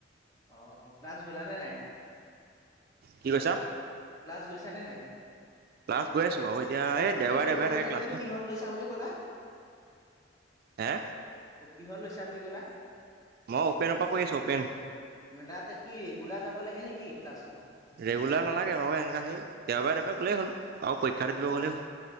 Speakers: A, on the left; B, on the right.
A: অ ক্লাছ গলা নে নাই?
B: কি কৈছা?
A: ক্লাছ গৈছা নে নাই?
B: ক্লাছ গৈ আছো বাৰু এতিয়া এই দেওবাৰে
A: এইটো
B: দেওবাৰে থাকে
A: মানে
B: ক্লাছটো
A: তুমি কিহত লৈছা বুলি কলা?
B: হে
A: অ কিহত লৈছা বুলি কলা?
B: মই অ'পেনৰ পৰা কৰি আছো অ'পেন।
A: মানে তাত কি ৰেগুলাৰ যাব লাগে নেকি ক্লাছত?
B: ৰেগুলাৰ নালাগে বাৰু এনেকা সেই দেওবাৰে দেওবাৰে গলেই হ'ল। আৰু পৰীক্ষাটো দিব
A: অ,
B: গ'লেই হ'ল